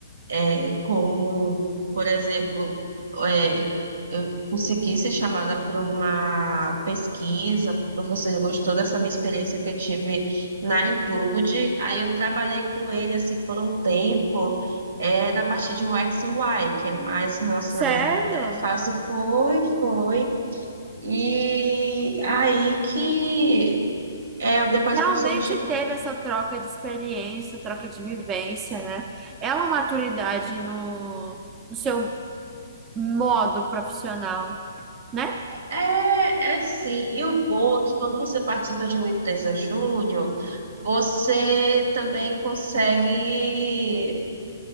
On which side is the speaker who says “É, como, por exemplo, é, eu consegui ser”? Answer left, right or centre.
Right